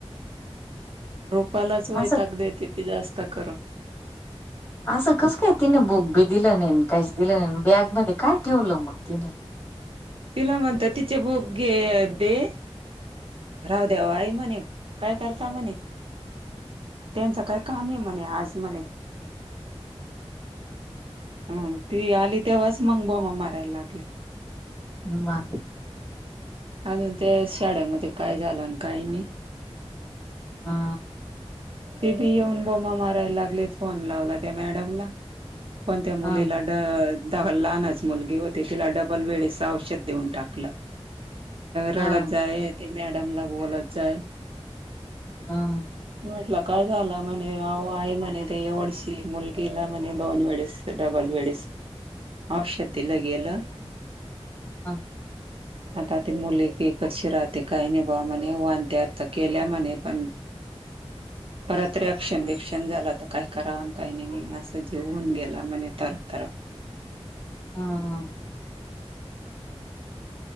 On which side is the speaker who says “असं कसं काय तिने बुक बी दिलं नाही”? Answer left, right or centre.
Left